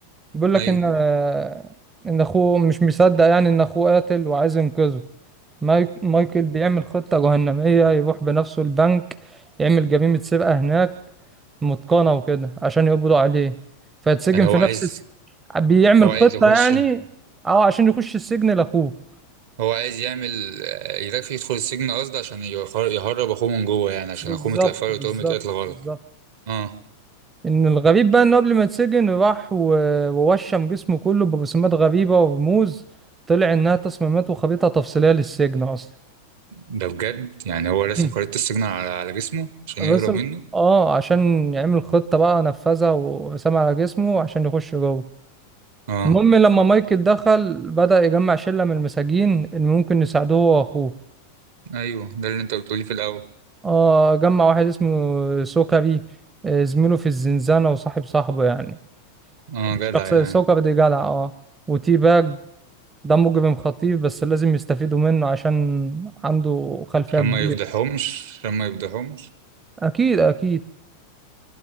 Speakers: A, on the right; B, on the right.
A: بيقول لك
B: ايوه
A: ان آه ان اخوه مش مصدق يعني ان اخوه قاتل وعايز ينقذه مايك مايكل بيعمل خطة جهنمية يروح بنفسه البنك يعمل جريمة سرقة هناك متقنة وكده عشان يقبضوا عليه فيتسجن
B: يعني
A: في
B: هو
A: نفس
B: عايز
A: الس... بيعمل
B: هو
A: خطة
B: عايز يخش
A: يعني اه عشان يخش السجن لأخوه
B: هو عايز يعمل آه، يدخل يدخل السجن قصد عشان يهر- يهرب اخوه من جوه يعني عشان
A: بالظبط
B: اخوه متلفه له
A: بالظبط
B: تهمه قتل غلط
A: بالظبط
B: اه
A: ان الغريب بقى انه قبل ما يتسجن راح و- ووشم جسمه كله برسومات غريبة ورموز طلع انها تصميمات وخريطة تفصيلية للسجن اصلا
B: ده بجد يعني هو راسم
A: <laughs>
B: خريطه السجن على على جسمه عشان
A: بس
B: يهرب منه
A: اه عشان يعمل خطة بقى نفذها وسام على جسمه عشان يخش جوه
B: اه
A: المهم لما مايكل دخل بدأ يجمع شلة من المساجين اللي ممكن يساعدوه هو واخوه
B: ايوه ده اللي انت بتقولي في الاول
A: اه جمع واحد اسمه سوكري آه، زميله في الزنزانة وصاحب صاحبه يعني
B: اه
A: الشخص
B: جدع يعني
A: سوكري ده جدع اه وتي باج ده مجرم خطير بس لازم يستفيدوا منه عشان عنده خلفية
B: عشان
A: كبيرة
B: ما يفضحهمش عشان ما يفضحهمش
A: أكيد أكيد